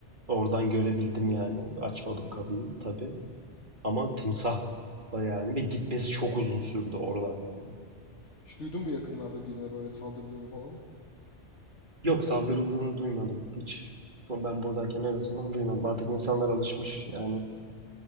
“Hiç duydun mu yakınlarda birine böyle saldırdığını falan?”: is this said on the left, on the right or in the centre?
Left